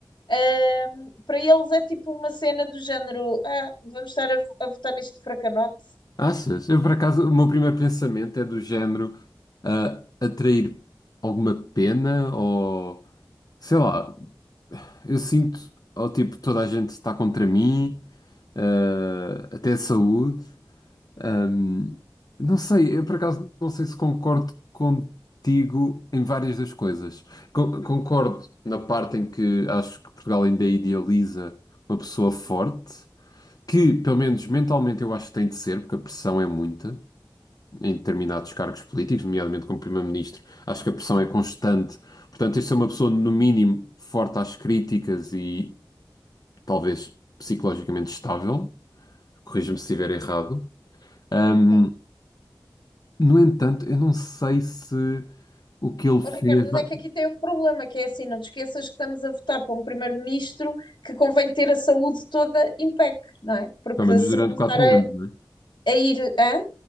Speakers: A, on the left; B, on the left.
A: Ahm, para eles é tipo uma cena do género: ah, vamos estar a, a votar neste fracanote.
B: Achas? Eu, por acaso, o meu primeiro pensamento é do género ah, atrair alguma pena ou sei lá, eu sinto ou tipo toda a gente está contra mim, ah, até a saúde. Ahm, não sei, eu por acaso não sei se concordo contigo em várias das coisas. Co- concordo na parte em que acho que Portugal ainda idealiza uma pessoa forte. que, pelo menos mentalmente, eu acho que tem de ser, porque a pressão é muita em determinados cargos políticos, nomeadamente como primeiro-ministro. Acho que a pressão é constante. Portanto, este é uma pessoa, no mínimo, forte às críticas e talvez psicologicamente estável. Corrija-me se estiver errado. Ahm,
A: Sim.
B: no entanto, eu não sei se o que ele fez,
A: Oh, Ricardo, mas
B: vai-
A: é que aqui tem um problema, que é assim, não te esqueças que estamos a votar para um primeiro-ministro que convém ter a saúde toda em PEC, não é? Porque
B: pelo menos
A: se
B: durante
A: começar
B: quatro
A: a,
B: anos, não é?
A: a ir, hã?